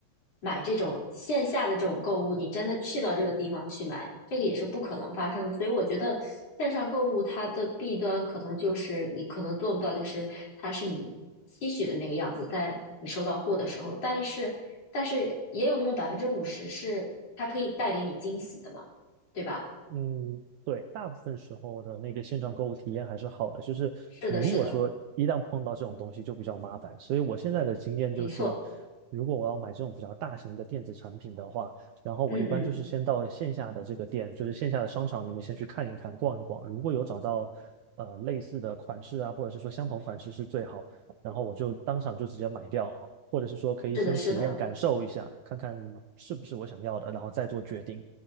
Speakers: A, on the left (about 40°); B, on the right (about 85°).
A: 买这种线下的这种购物，你真的去到这个地方去买，这个也是不可能发生的。所以我觉得线上购物它的弊端可能就是你可能做不到，就是它是你期许的那个样子，在你收到货的时候，但是但是也有那么百分之五十是它可以带给你惊喜的嘛，对吧？
B: 嗯，对，大部分时候的那个线上购物体验还是好的，就是你如果说一旦碰到这种东西就比较麻烦，
A: 是的，是的，
B: 所以我现在的经验就是，
A: 没错，
B: 如果我要买这种比较大型的电子产品的话，然后我一般就是先到线下的这个店，
A: 嗯嗯，
B: 就是线下的商场里面先去看一看、逛一逛，如果有找到呃类似的款式啊，或者是说相同款式是最好，然后我就当场就直接买掉，或者是说可以先体验感受一下，
A: 是的，是的，
B: 看看是不是我想要的，然后再做决定。